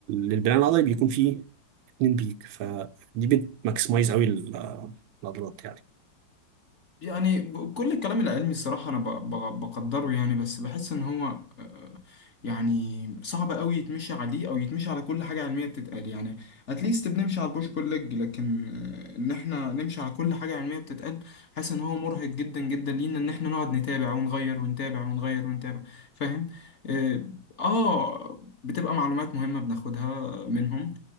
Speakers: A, on the right; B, on the left.
A: للبناء العضلي بيكون فيه اتنين بيك فدي بتماكسمايز قوي ال- آه، العضلات
B: يعني ب- كل الكلام العلمي الصراحة أنا ب- ب- بقدره يعني بس بحس إن هو آه، يعني صعب أوي يتمشي عليه أو يتمشي على كل حاجة علمية بتتقال يعني أتليست بنمشي على البوش بول ليج لكن آه، إن إحنا نمشي على كل حاجة علمية بتتقال حاسس إن هو مرهق جدا جدا لينا إن إحنا نقعد نتابع ونغير ونتابع ونغير ونتابع فاهم؟ آه آه، بتبقى معلومات مهمة بناخدها منهم